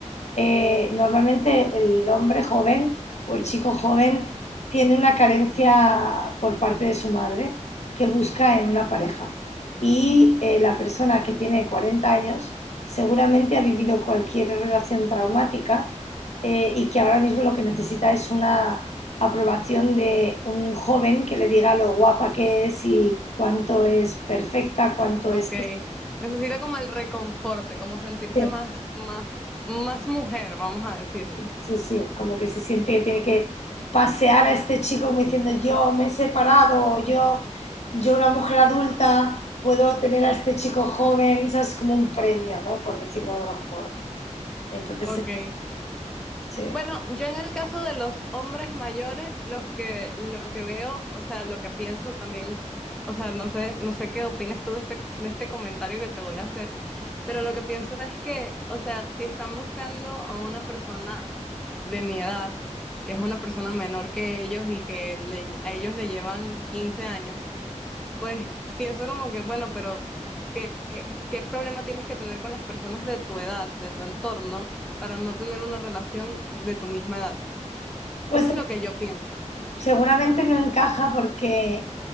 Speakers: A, on the left; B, in the centre.
A: eh, normalmente el hombre joven o el chico joven tiene una carencia por parte de su madre que busca en una pareja. Y eh, la persona que tiene 40 años seguramente ha vivido cualquier relación traumática eh, y que ahora mismo lo que necesita es una aprobación de un joven que le diga lo guapa que es y cuánto es perfecta, cuánto
B: ok.
A: es
B: Necesita como el reconforte, como sentirse
A: este
B: más, más, más mujer, vamos a decirlo.
A: Sí, sí, como que se siente que tiene que pasear a este chico como diciendo yo me he separado, o yo, yo una mujer adulta puedo tener a este chico joven, ¿sabes? Como un premio, ¿no? Por decirlo de algún modo. Entonces,
B: Ok.
A: sí.
B: Bueno, yo en el caso de los hombres mayores, los que lo que veo, o sea, lo que pienso también, o sea, no sé, no sé qué opinas tú de este, de este comentario que te voy a hacer, pero lo que pienso es que, o sea, si están buscando a una persona de mi edad, que es una persona menor que ellos y que le- a ellos le llevan 15 años, pues pienso como que, bueno, pero ¿qué, qué, qué problema tienes que tener con las personas de tu edad, de tu entorno, para no tener una relación de tu misma edad?
A: Pues
B: Eso es lo que yo pienso.
A: seguramente no encaja porque